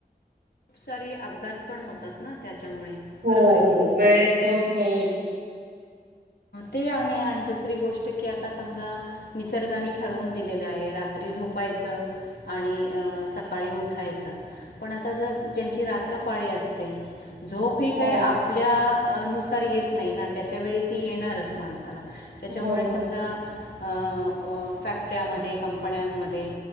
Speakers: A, on the left; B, on the right.
A: खूप सारे अपघात पण होतात ना त्याच्यामुळे
B: हो
A: बरोबर आहे
B: हो
A: की नाही
B: वेळेत पोहोचणे
A: ते आहे आणि दुसरी गोष्ट की आता समजा निसर्गाने ठरवून दिलेले आहे रात्री झोपायचं आणि अ सकाळी उठायचं. पण, आता जर ज्यांची रात्र पाळी असते झोप ही
B: हो
A: काही आपल्या नुसार येत नाही ना त्याच्या वळी ती येणारच माणसाला त्याच्यामुळे
B: बरोबर
A: समजा अ फॅक्टर्यामध्ये कंपन्यांमध्ये